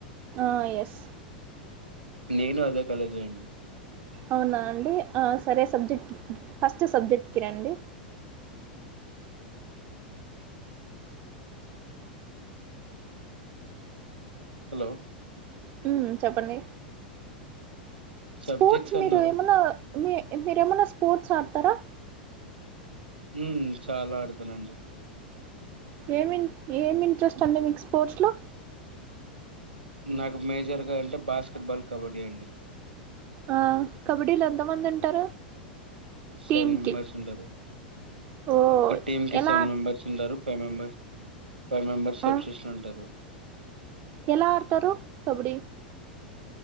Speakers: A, on the right; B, on the right.
A: ఆ ఎస్
B: నేను అదే కాలేజా అండి.
A: అవునా అండి సరే సబ్జెక్ట్ ఫస్ట్ సబ్జెక్ట్కి రండి.
B: హలో
A: హుమ్ చెప్పండి
B: సబ్జెక్ట్స్
A: స్పోర్ట్స్ మీరు
B: అన్నారు
A: ఏమన్నా మీ మీరేమన్నా స్పోర్ట్స్ ఆడతార
B: హుమ్ హు చాలా ఆడతానండి
A: ఏమి ఏమ్ ఇంట్రెస్ట్ అండి మీకు స్పోర్ట్స్ లో
B: నాకు మేజర్గా అంటే బాస్కెట్బాల్ కబడ్డీ అండి
A: ఆ కబడ్డీలో ఎంత మంది ఉంటారు
B: సెవెన్
A: టీమ్
B: మెంబెర్స్
A: కి
B: ఉంటారు
A: ఓ
B: ఒక టీం కి
A: ఎలా
B: సెవెన్
A: ఆడ్-
B: మెంబర్స్ ఉంటారు ఫైవ్ మెంబర్ ఫైవ్ మెంబర్స్
A: ఆ
B: సబ్సిషన్ ఉంటారు
A: ఎలా ఆడ్తరు కబడ్డీ